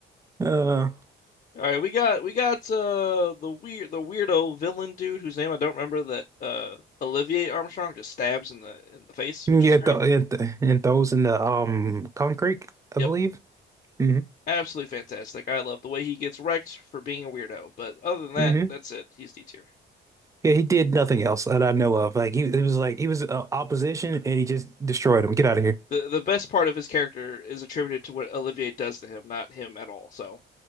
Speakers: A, on the right; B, on the left.
A: Uh,
B: All right, we got we got uh the weird the weirdo villain dude whose name I don't remember that uh Olivier Armstrong just stabs in the in the face, which
A: yeah,
B: is great.
A: th and, and those in the um concrete, I
B: Yep,
A: believe. hmm
B: absolutely fantastic. I love the way he gets wrecked for being a weirdo, but other than that,
A: hmm
B: that's it. He's D tier.
A: Yeah, he did nothing else that I know of. Like he, it was like he was uh, opposition, and he just destroyed him. Get out of here.
B: the the best part of his character is attributed to what Olivier does to him, not him at all. So